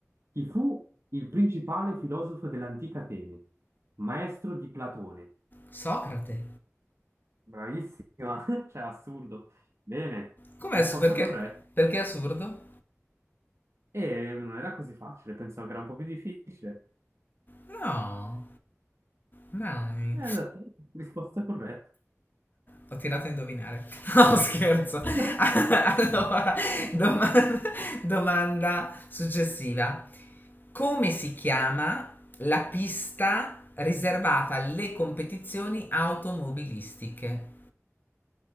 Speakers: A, on the right; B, on the left.
A: Chi fu il principale filosofo dell'antica Atene? Maestro di Platone.
B: Socrate.
A: Bravissima, <laughs> cioè assurdo. Bene,
B: Com'è
A: risposta
B: su perché?
A: corretta.
B: Perché è assurdo?
A: E non era così facile, pensavo che era un po' più difficile.
B: No, dai.
A: Eh, esatto, risposta corretta.
B: Ho tirato a indovinare. <laughs> No, scherzo.
A: <laughs>
B: allora, domanda, domanda successiva. Come si chiama la pista riservata alle competizioni automobilistiche?